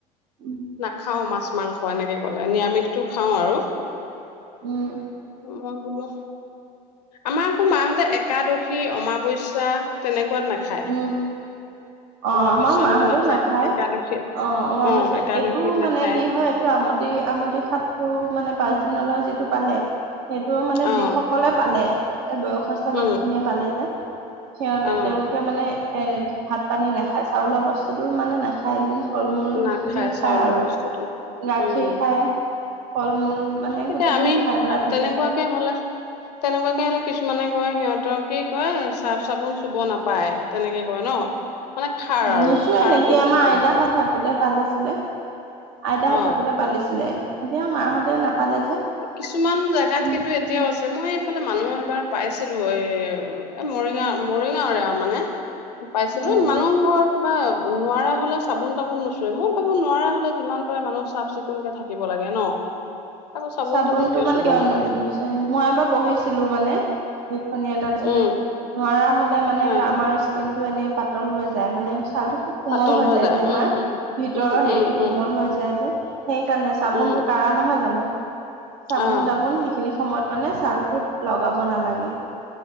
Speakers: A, on the right; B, on the left.
A: উম,
B: নাখাও মাছ মাংস এনেকে ক'লে নিৰামিষটো খাওঁ আৰু।
A: উম।
B: মই বোলো আমাৰ আকৌ মা হ'তে একাদশী অমাৱস্যা তেনেক নাখায়।
A: উম,
B: অমাৱস্যা
A: অ' আমাৰ মা
B: হলে
A: হ'তেও নাখায়।
B: একাদশীত
A: অ' অমাবস্যা
B: একাদশীত
A: এইটো মানে
B: নাখায়
A: কি হয় এইটো আমতি আমতি ষাঠটো মানে পাঁচ দিনলৈ যিটো পালে সেইটো মানে
B: অ
A: যিসকলে পালে এই বয়সস্থ
B: উম
A: মানুহ খিনিয়ে পালে যে সিহঁতে
B: অ
A: তেওঁলোক এ ভাত পানী নাখায় চাউলৰ বস্তুটো মানে নাখায় এইকেইদিন ফল-মূল
B: নাখায়
A: যি খায়
B: চাউলৰ
A: আৰু
B: বস্তুটো
A: গাখীৰ
B: উম
A: খায় ফল-মূল মানে
B: এতিয়া
A: গোটেইখিনি
B: আমি
A: খায় পেলাই থাকে।
B: তেনেকুৱাকে হলে তেনেকুৱাকে হ'লে কিছুমানে কয় সিহঁতৰ কি কয় চাফ চাবোন চুব নাপায় তেনেকে কয় ন মানে খাৰ
A: উম
B: আৰু
A: নোচোৱে
B: খাৰটো
A: নেকি
B: চুব
A: আমাৰ আইতাহঁত
B: নাপায়
A: থাকোতে পালিছিলে। আইতাহঁত
B: অ
A: থাকোঁতে পালিছিলে এতিয়া মাহঁতে নাপালে। যে
B: কিছুমান জেগাত
A: উম
B: কিন্তু এতিয়াও
A: উম
B: আছে মই এইফালে মানুহ এবাৰ পাইছোঁ ছিলো এই এ মৰিগাঁও মৰিগাঁওৰে আৰু মানে পাইছিলোঁ
A: উম
B: মানুহ ঘৰ কিবা নোৱাৰা হ'লে চাবোন-তাবোন নোচোৱে। মই ভাবো নোৱাৰা হ'লে যিমান পাৰে মানুহ চাফ চিকুণকে থাকিব লাগে। লাগে ন। আকৌ চাবোন
A: চাবোনটো
B: তাবোন
A: মানে
B: চুব
A: কিয়
B: নাপায়
A: নোচোৱে মই এবাৰ পঢ়িছিলো মানে লিখনি এটাত আছিলে
B: উম
A: নোৱাৰা হ'লে মানে
B: আহ
A: আমাৰ স্ক্ৰীন টো এনে পাতল হৈ যায় মানে ছালটো খুব
B: পাতল
A: কোমল হৈ যায় যে আমাৰ
B: উম উম
A: ভিতৰৰ
B: উম উম
A: হেৰিটো
B: উম
A: কোমল হৈ যায় যে সেইকাৰণে। চাবোনটো
B: উম
A: কঢ়া নহয় জানো? চাবোন-তাবোন
B: আহ
A: সেইখিনি সময়ত মানে ছালটোত লগাব নালাগে।